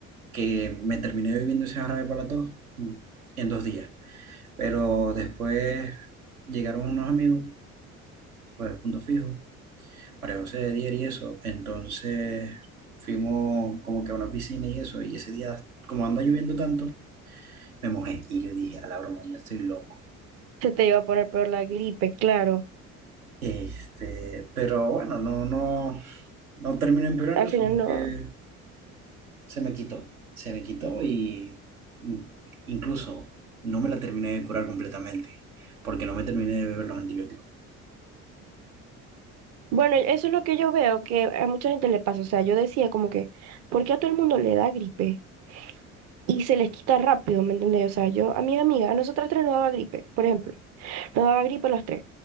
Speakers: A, on the right; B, on the right.
A: que me terminé bebiendo ese jarabe para la tos en dos días. Pero después llegaron unos amigos, los de Punto Fijo, María José de Dier y eso. Entonces fuimos como que a una piscina y eso. Y ese día, como anda lloviendo tanto, me mojé. Y yo dije, a la broma, yo estoy loco.
B: Se te iba a poner peor la gripe, claro.
A: Este, pero bueno, no, no, no terminó empeorando,
B: Al
A: sino
B: final no,
A: que se me quitó. Se me quitó y in- incluso no me la terminé de curar completamente, porque no me terminé de beber los antibióticos.
B: Bueno, eso es lo que yo veo que a mucha gente le pasa. O sea, yo decía como que, ¿por qué a todo el mundo le da gripe? Y se les quita rápido, ¿me entendés? O sea, yo a mis amigas, a nosotras tres nos daba gripe, por ejemplo, nos daba gripe a las tres.